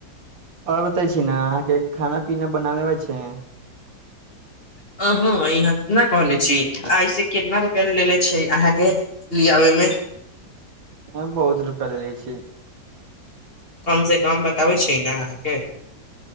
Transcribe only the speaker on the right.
आओर बते छी ने अहाँके खाना पीना बनाबे आछी हुँ <inaudible>
<inaudible> ए बहुत रुपआ ल लै छी